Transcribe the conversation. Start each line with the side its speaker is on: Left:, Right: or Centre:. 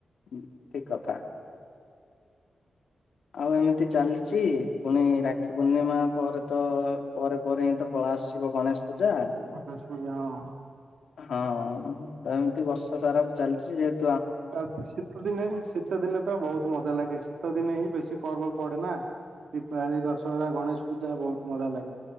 Left: ଠିକ କଥା। ଆଉ ଏମିତି ଚାଲିଛି ପୁଣି ରାକ୍ଷୀ ପୂର୍ଣ୍ଣିମା ପରେ ତ ପରେ ପରେ ହିଁ ତ ପଳେଇ ଆସିବ ଗଣେଶ ପୂଜା
Right: ଗଣେଶ ପୂଜା ହଁ।
Left: ହଁ ତ ଏମିତି ବର୍ଷ ସାରା ଚାଲିଛି ଯେହତ
Right: ଆ ଉ ଶୀତଦିନେ ହିଁ ସେ ଶୀତ ଦିନେ ତ ବୋହୁତ ମଜା ଲାଗେ ଶୀତ ଦିନେ ହିଁ ବେଶୀ ପର୍ବ ପଡେ ନା। ଦୀପାବଳି ଦଶହରା ଗଣେଶ ପୂଜା ବୋହୁତ ମଜା ଲାଗେ